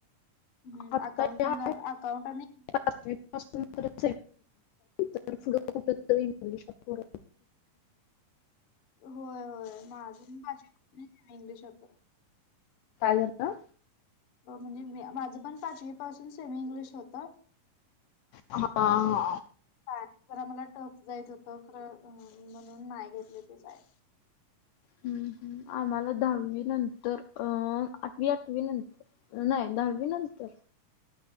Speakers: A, on the left (about 55°); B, on the left (about 75°).
A: हम्म,
B: आता
A: अकाउंट
B: या
A: चंदा अकाउंट आणि
B: <unintelligible> <unintelligible> एवढुशा पोरा
A: होय होय. माझी <unintelligible> इंग्लिशाच
B: काय येतं?
A: म्हणजे म्या माझं पण पाचवी पासून सेमी इंग्लिश होतं.
B: हा हा,
A: हा परा मला टफ जायच होत, खरं म्हणून नाही घेतले ते साय.
B: हम्म हम्, आम्हाला दहावी नंतर अं आठवी आठवी नंतर नाही दहावी नंतर